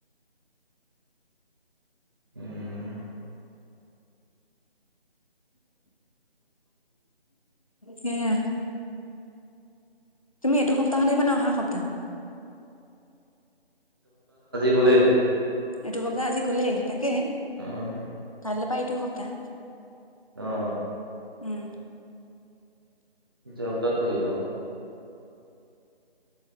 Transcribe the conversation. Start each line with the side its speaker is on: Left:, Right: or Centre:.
Right: উম
Left: ই এয়া তুমি এইটো সপ্তাহত আহিবানে অহা সপ্তাহত
Right: ক'লে
Left: এইটো সপ্তাহ আজি গলেই তাকে
Right: আহ
Left: কালি পা এইটো সপ্তাহ
Right: আহ
Left: উম
Right: জব তাত কৰিব